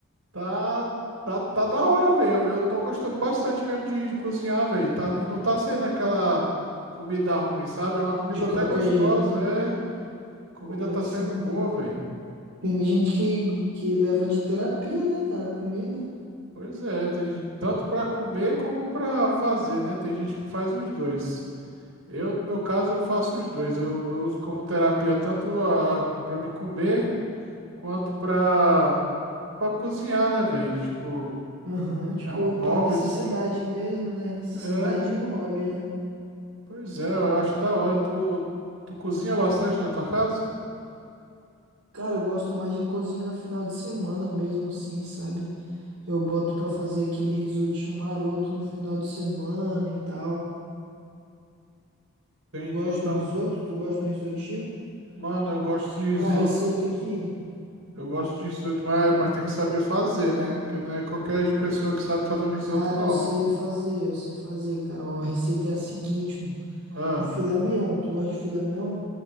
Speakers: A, on the right; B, on the right.
A: tá, tá, tá da hora, velho. Eu, eu tô gostando bastante mesmo de, de cozinhar, velho. Tá, e não tá saindo aquela comida ruim, sabe? É uma comida
B: De qualquer
A: até gostosa,
B: jeito, né?
A: é. Comida
B: Pô,
A: tá
B: é sim.
A: saindo boa, velho.
B: Tem gente que, que leva de terapia, né, cara, a comida.
A: Pois é, tem gen- tanto para comer como para fazer, né? Tem gente que faz os dois. Eu, no meu caso, eu faço os dois. Eu, eu uso como terapia tanto a para me comer quanto para para cozinhar, né, velho? Tipo,
B: Aham, tipo,
A: é um hobby
B: pra necessidade
A: assim. É,
B: mesmo, né? Necessidade
A: é,
B: e o hobby, né?
A: pois é, eu acho da hora. Tu, tu cozinha bastante na tua casa?
B: Cara, eu gosto mais de cozinhar final de semana mesmo, assim, sabe? Eu boto pra fazer aquele risotinho maroto no final de semana e tal.
A: Entendi.
B: Tu gosta
A: Então,
B: de um risoto? Tu gosta de um risotinho?
A: mano, eu gosto
B: Eu te
A: de risoto.
B: ensino a receita aqui.
A: Eu gosto de risoto, mas, mas tem que saber fazer, né? Porque não é qualquer pessoa que sabe fazer um risoto,
B: Cara,
A: não.
B: eu sei fazer, eu sei fazer, cara. Ó, a receita é a seguinte, mano.
A: Ah.
B: Com filé mignon, tu gosta de filé mignon?